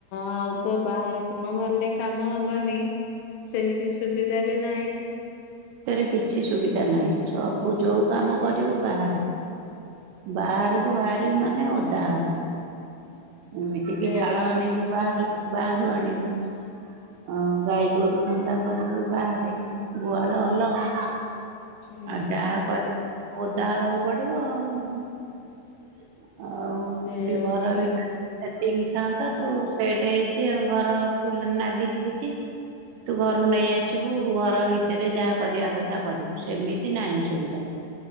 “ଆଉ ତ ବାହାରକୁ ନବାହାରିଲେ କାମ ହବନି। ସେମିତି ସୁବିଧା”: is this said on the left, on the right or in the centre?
Left